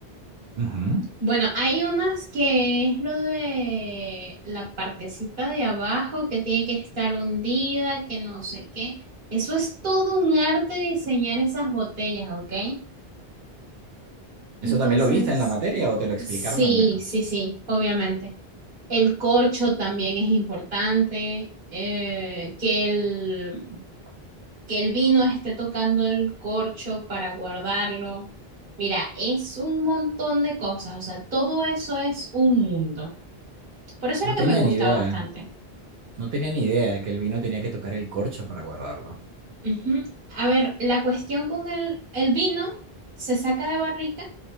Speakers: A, on the right (about 75°); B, on the right (about 60°).
A: Ujú.
B: Bueno, hay unas que es lo de la partecita de abajo que tiene que estar hundida, que no sé qué. Eso es todo un arte diseñar esas botellas, ¿ok? Entonces,
A: ¿Eso también lo viste en la materia o te lo explicaron
B: sí,
A: al menos?
B: sí, sí, obviamente. El corcho también es importante, eh, que el, que el vino esté tocando el corcho para guardarlo. Mira, es un montón de cosas, o sea, todo eso es un mundo. Por eso
A: No
B: era
A: tenía
B: que me gusta
A: ni idea.
B: bastante.
A: No tenía ni idea de que el vino tenía que tocar el corcho para guardarlo.
B: Ujú. A ver, la cuestión con el, el vino se saca de barrica